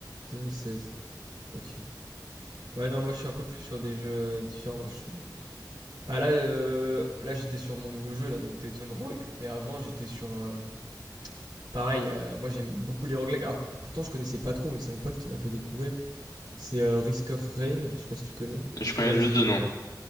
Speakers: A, on the right; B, on the left.
A: 2016. Ok. Ouais, non, moi je suis un peu plus sur des jeux différents. Moi, je suis... Bah là, euh, là j'étais sur mon nouveau jeu, là, donc des zones rogue. Mais avant, j'étais sur... euh, pareil, euh, moi j'aime beaucoup les roguelikes. Alors pourtant, je connaissais pas trop, mais c'est mon pote qui m'a fait découvrir. C'est euh, Risk of Rain, je sais pas si tu connais.
B: je
A: C'est
B: connais
A: quand même
B: juste
A: assez connu.
B: deux noms.